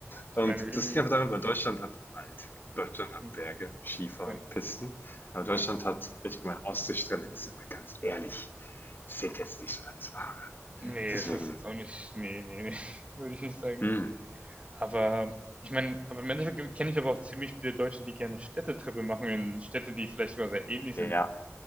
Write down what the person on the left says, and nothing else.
Und
das liegt aber daran, weil Deutschland hat Wald, Deutschland hat
Berge, Skifahren,
Pisten. Aber Deutschland
hat, ich meine, Ostseestrände, das ist immer ganz ehrlich, zählt jetzt nicht so als Ware.
Deswegen,
hm,
ja,